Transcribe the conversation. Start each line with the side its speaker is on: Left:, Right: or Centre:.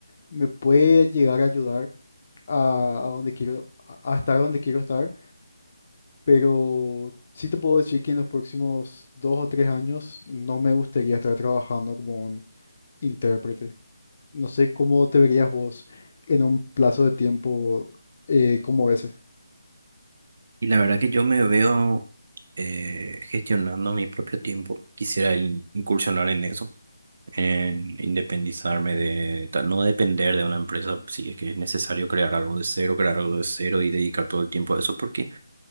Left: me puede llegar a ayudar a, a donde quiero, a a estar donde quiero estar, pero sí te puedo decir que en los próximos dos o tres años no me gustaría estar trabajando como un intérprete. No sé cómo te verías vos en un plazo de tiempo eh, como ese.
Right: Y la verdad que yo me veo eh, gestionando mi propio tiempo, quisiera in- incursionar en eso, en independizarme de, ta- no depender de una empresa, si es que es necesario crear algo de cero, crear algo de cero y dedicar todo el tiempo a eso, porque...